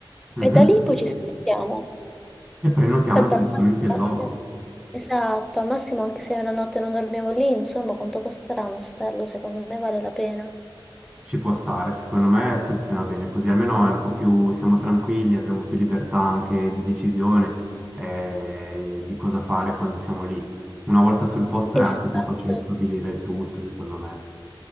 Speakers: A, on the right; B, in the centre.
A: Mhm.
B: e da lì poi ci spostiamo.
A: E prenotiamo
B: Tanto
A: direttamente
B: al massimo,
A: il loco.
B: esatto, al massimo anche se una notte non dormiamo lì, insomma, quanto costerà un ostello? Secondo me vale la pena.
A: Ci può stare, secondo me funziona bene così, almeno è un po' più, siamo tranquilli, abbiamo più libertà anche di decisione eh, di cosa fare quando siamo lì. Una volta sul posto
B: Esatto,
A: è anche più facile stabilire il tutto, secondo me.